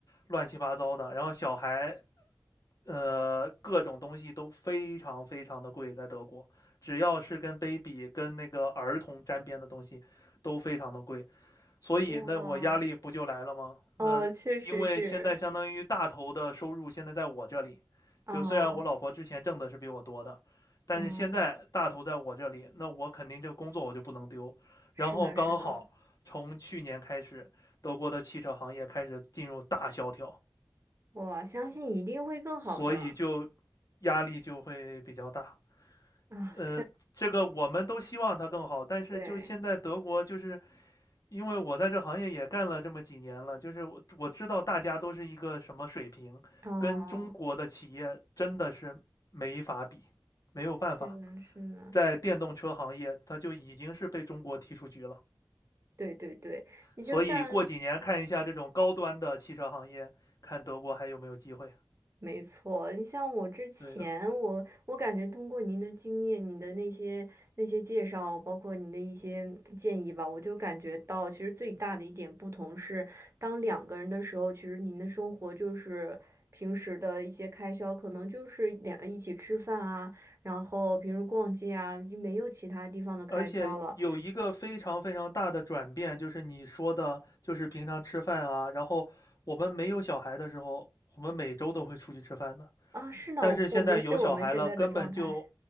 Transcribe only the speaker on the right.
哇，
哦，确实是，嗯
嗯，
是呢是呢，
我相信一定会更好的
啊，
相
对。
哦，
是呢，是呢，
对对对，你就像，
没错，你像我之前，
我我感觉通过您的经验，你的那些那些介绍，包括您的一些建议吧，我就感觉到，其实最大的一点不同是，当两个人的时候，其实您的生活就是平时的一些开销，可能就是两个一起吃饭啊，然后平时逛街啊，已经没有其他地方的开销了
啊。是呢，
我们是我们现在的状态。